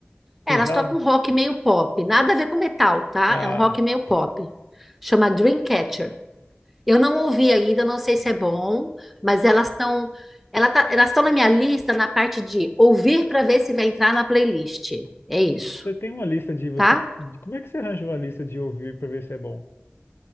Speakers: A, on the left (about 75°); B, in the centre.
A: Pesado?
B: é, elas tocam rock meio pop, nada a ver com metal, tá?
A: Ah.
B: É um rock meio pop. Chama Dreamcatcher. Eu não ouvi ainda, não sei se é bom, mas elas estão ela tá- elas estão na minha lista na parte de ouvir para ver se vai entrar na playlist. É isso,
A: Você tem uma lista de você.
B: tá?
A: de- Como é que você arranja uma lista de ouvir pra ver se é bom?